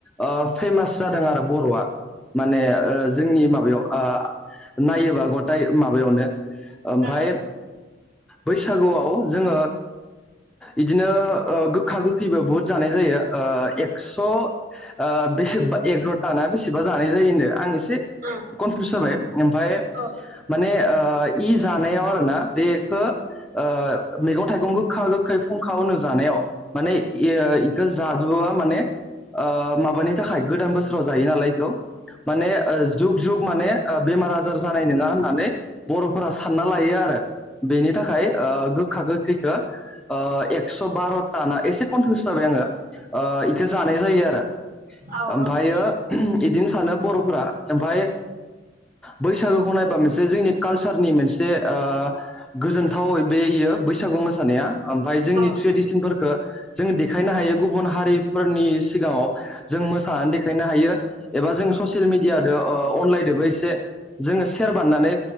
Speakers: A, in the centre; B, on the right.
A: ओ फेमास जादों आरो बर'आ माने ओ जोंनि माबायाव ओ नायोबा गटाय माबायावनो ओमफाय
B: औ ओ
A: बैसागुआव जोंङो इदिनो ओ गोखा गोखैबो बुहुत जानाय जायो एक्स ओ बेसेबा एकग्रटा ना बेसेबा जानाय जायो होनदो आं एसे से
B: औ औ
A: कनफिउस जाबाय ओमफाय
B: औ
A: माने ओ इ जानायाव आरोना बे खो ओ मैगं थाइगं गोखा गोखै फुंखा होनो जानायाव माने इयो इखो जाजुबाबा माने ओ माबानि थाखाय गोदान बोसोराव जायो नालाय इखौ माने ओ जुग जुग माने ओ बेमार आजार जानाय नोङा होननानै बर' फोरा सानना लायो आरो बेनि थाखाय ओ गोखा गोखैखो एक्स' बार'था ना एसे कनफिउस जाबाय आंङो इखौ जानाय जायो आरो
B: औ
A: ओमफ्रायो
B: औ
A: इदिनो सानो बर' फोरा ओमफाय बैसागोखौ नायबा मोनसे जोंनि कालचार नि मोनसे ओ गोजोनथाव बेयो बैसागु मोसानाया ओमफ्राय जोंनि
B: औ
A: ट्रेडिसेनफोरखो जों देखायनो हायो गुबुन हारि फोरनि सिगाङाव जों मोसानानै देखायनो हायो एबा जों ससेल मिडियादो ओ अनलाइदोबो एसे जोंङो सेयेर बानायनानै